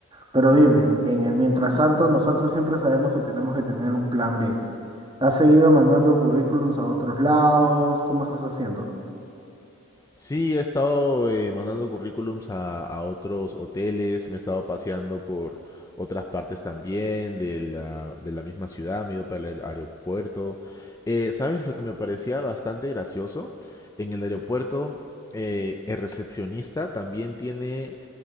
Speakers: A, on the right (about 20°); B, on the left (about 15°).
A: Pero dime, en el mientras tanto, nosotros siempre sabemos que tenemos que tener un plan B. ¿Has seguido mandando currículums a otros lados? ¿Cómo estás haciendo?
B: Sí, he estado eh, mandando currículums a, a otros hoteles, me he estado paseando por otras partes también de la, de la misma ciudad, me he ido para el aeropuerto. Eh, ¿sabes lo que me parecía bastante gracioso? En el aeropuerto, eh, el recepcionista también tiene